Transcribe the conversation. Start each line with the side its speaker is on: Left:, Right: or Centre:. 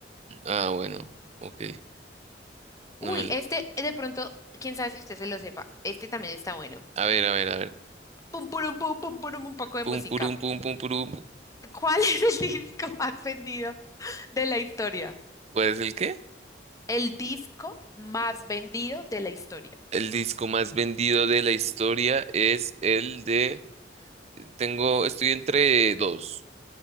Right: Ah, bueno. Ok.
Left: Uy,
Right: No me...
Left: este de pronto, quién sabe si usted se lo sepa. Este también está bueno.
Right: A ver, a ver, a ver.
Left: Pum, purum, pum, pum, purum, un poco de
Right: Pum,
Left: música.
Right: purum, pum, pum, purum.
Left: ¿Cuál es el <laughs> disco más vendido de la historia?
Right: ¿Cuál es el qué?
Left: El disco más vendido de la historia.
Right: El disco más vendido de la historia es el de... Tengo, estoy entre dos,